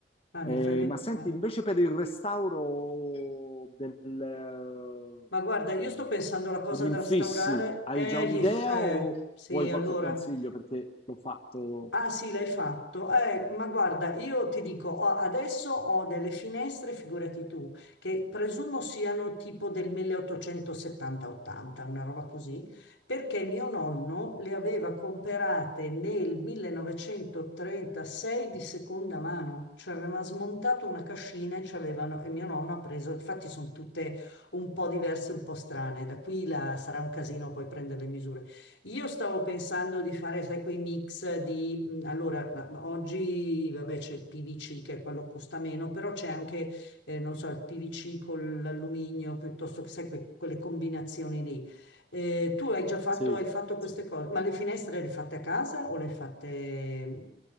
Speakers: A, on the left (about 80°); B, on the left (about 30°).
A: Ah,
B: Eh,
A: mi fai vedere.
B: ma senti, invece per il restauro del, eh,
A: Ma guarda, io sto pensando alla cosa
B: degli
A: da
B: infissi,
A: restaurare.
B: hai
A: Eh,
B: già un'idea
A: gli fè.
B: o
A: Sì,
B: vuoi qualche
A: allora.
B: consiglio? Perché l'ho fatto...
A: Ah sì, l'hai fatto. Eh, ma guarda, io ti dico, ho- adesso ho delle finestre, figurati tu, che presumo siano tipo del 1870-80, una roba così, perché mio nonno le aveva comprate nel 1936 di seconda mano, cioè aveva smontato una cascina e, ci avevano- e mio nonno ha preso, infatti sono tutte un po' diverse, un po' strane, da qui la- sarà un casino poi prendere le misure. Io stavo pensando di fare, sai, quei mix di, mh, allora, ma- ma oggi, vabbè, c'è il PVC che è quello che costa meno, però c'è anche, eh, non so, il PVC con l'alluminio, piuttosto che, sai, que- quelle combinazioni lì. Eh, tu hai già fatto,
B: Sì,
A: hai fatto queste
B: sì.
A: cose, ma le finestre le hai fatte a casa o le hai fatte,